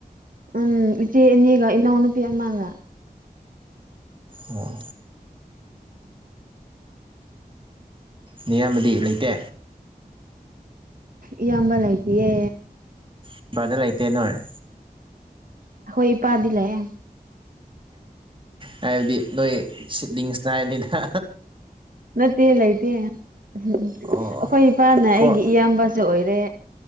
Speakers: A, on the right; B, on the right.
A: ꯎꯝ ꯏꯆꯦ ꯑꯅꯤꯒ ꯏꯟꯅꯥꯎꯅꯨꯄꯤ ꯑꯃꯥꯒ
B: ꯑꯣ ꯅꯌꯥꯝꯕꯗꯤ ꯂꯩꯇꯦ
A: ꯏꯌꯥꯝꯕ ꯂꯩꯇꯤꯌꯦ
B: <unintelligible> ꯂꯩꯇꯦ ꯅꯣꯏ
A: ꯑꯩꯈꯣꯏ ꯏꯄꯥꯗꯤ ꯂꯩꯌꯦ
B: ꯍꯥꯏꯕꯗꯤ ꯅꯣꯏ ꯁꯤꯕꯂꯤꯡꯁꯅ ꯍꯥꯏꯅꯤꯗ
A: ꯅꯠꯇꯦ ꯂꯩꯇꯦ ꯎꯝ
B: ꯑꯣ
A: ꯑꯩꯈꯣꯏ ꯏꯄꯥꯅ
B: ꯐꯣꯔ
A: ꯑꯩꯒꯤ ꯏꯌꯥꯝꯕꯁꯨ ꯑꯣꯏꯔꯦ